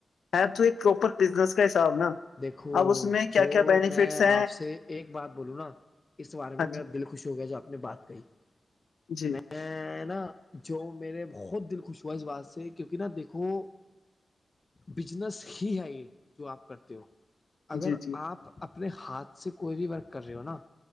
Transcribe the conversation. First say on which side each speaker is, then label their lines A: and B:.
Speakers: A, on the left; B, on the left.
A: ہے تو ایک پروپر بزنس کا حساب نا
B: دیکھو
A: اب اس میں کیا
B: جو
A: کیا بینیفٹس
B: میں آپ
A: ہیں
B: سے ایک بات بولوں نا اس بارے میں
A: ہاں
B: میرا
A: جی
B: دل خوش ہو گیا جو آپ نے بات کہی
A: جی
B: میں میں نا جو میرے بہت دل خوش ہوا اس بات سے کیونکہ نا دیکھو بزنس ہی ہے یہ جو آپ کرتے ہو اگر
A: جی جی
B: آپ اپ اپنے ہاتھ سے کوئی بھی ورک کر رہے ہو نا